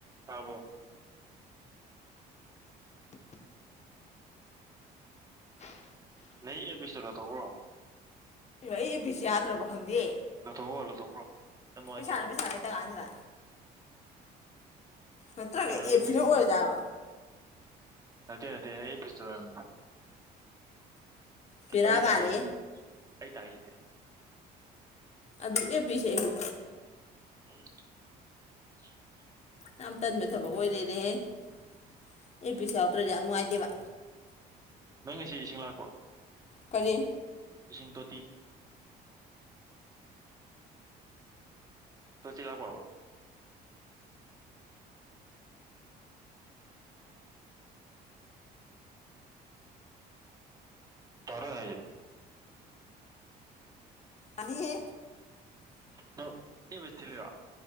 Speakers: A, on the right; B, on the left.
A: ꯇꯥꯔꯕꯣ ꯅꯩ ꯏꯌꯔꯄꯤꯁꯇꯣ ꯂꯧꯊꯣꯛꯈ꯭ꯔꯣ
B: ꯑꯩ ꯏꯌꯔꯄꯤꯁ ꯌꯥꯗ꯭ꯔꯕ ꯈꯪꯗꯦ
A: ꯂꯧꯊꯣꯛꯈ꯭ꯔꯣ ꯂꯧꯊꯣꯛꯈ꯭ꯔꯣ ꯌꯥꯝ ꯅꯨꯉꯥꯢꯇꯦ
B: ꯄꯩꯁꯥꯅ ꯄꯩꯁꯥ ꯂꯩꯇ ꯀꯥꯟꯁꯤꯗ ꯅꯠꯇ꯭ꯔꯒ ꯑꯦꯞꯁꯤꯅ
A: ꯑꯦꯌꯔꯄꯤꯁꯇꯨꯅ
B: ꯑꯣꯏꯔꯖꯥꯔꯣ
A: ꯅꯇꯦ ꯅꯇꯦ ꯅꯪ ꯏꯌꯔꯄꯤꯁꯇꯨꯅꯅꯤ
B: ꯕꯦꯔꯥ
A: ꯑꯩ
B: ꯀꯥꯔꯦ
A: ꯇꯥꯏꯁꯤꯗꯤ ꯑꯩ ꯇꯥꯏꯁꯤꯗꯤ
B: ꯑꯩ ꯑꯌꯔꯄꯤꯁꯦ ꯑꯩꯩꯅ
A: <inaudible>
B: ꯌꯥꯝ ꯇꯟꯕ ꯊꯕꯛ ꯑꯣꯏꯔꯦꯅꯦꯍꯦ ꯑꯦꯌꯔꯄ꯭ꯔꯤꯁ ꯌꯥꯎꯗ꯭ꯔꯗꯤ ꯌꯥꯝ ꯅꯨꯡꯉꯥꯏꯇꯦꯕ
A: ꯅꯪ ꯉꯥꯁꯤ ꯏꯁꯤꯡ ꯂꯥꯛꯄ꯭ꯔꯣ
B: ꯀꯔꯤ
A: ꯏꯁꯤꯡ ꯇꯣꯇꯤ ꯇꯣꯇꯤ ꯂꯥꯛꯄ꯭ꯔꯣꯕ ꯇꯔꯣꯏ ꯍꯥꯏꯖꯦ
B: ꯇꯥꯅꯤꯍꯦ
A: ꯅꯪ ꯏꯌꯔꯄꯤꯁ ꯊꯤꯜꯂꯤꯔꯣ